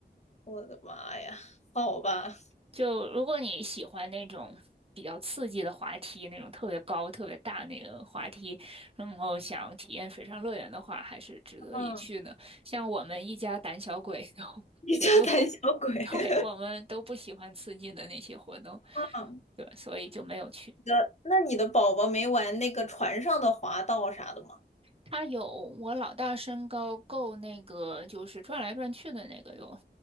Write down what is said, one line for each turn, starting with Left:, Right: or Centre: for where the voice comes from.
Left: 我的妈呀！好吧，
Right: 就如果你喜欢那种比较刺激的滑梯，那种特别高、特别大那个滑梯，然后想体验水上乐园的话，还是值得一去呢。
Left: 嗯，
Right: 像我们一家胆小鬼都，<laughs>
Left: 你叫胆小鬼。
Right: 谁都，<laughs> 对，
Left: <laughs>
Right: 我们都不喜欢刺激的那些活动，
Left: 嗯
Right: 对，所以就没有去。
Left: 你的那你的宝宝没玩那个船上的滑道啥的吗？
Right: 他有我老大身高够那个，就是转来转去的那个有，